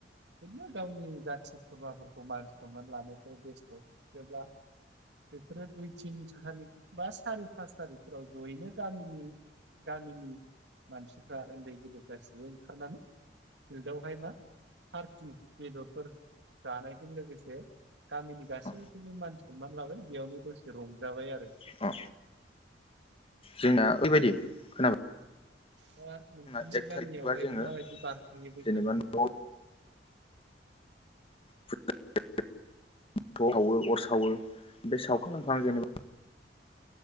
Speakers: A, on the right (about 70°); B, on the left (about 30°).
A: बेदिनो गावनि जाथि खुरमाफोरखौ मान सनमान लानोसो बेस्थ' जेब्ला बेफोरो दुइ तिन थारिख बा सारि पास थारिखफोराव जयैनो गामिनि गामिनि मानसिफ्रा उन्दै गेदेर गासिबो ओंखारनानै जदावहाय मा पार्टि बेदरफोर जानायजों लोगोसे गामिनि गासै
B: औ
A: बो मानसि सननानै लाबाय बेयावनो दसे रंजाबाय आरो।
B: औ जोंना ओरैबायदि खोनाबाय
A: हा <unintelligible> नोंथांनि
B: जोंना एक
A: गामियावहाय
B: थारिखबा जोङो
A: माबायदि बारहोयो बैसागुखौ?
B: जेनेबा न'आव <inaudible> थ' सावो अर सावो बेम सावखां लोंखां जेनेबा <inaudible>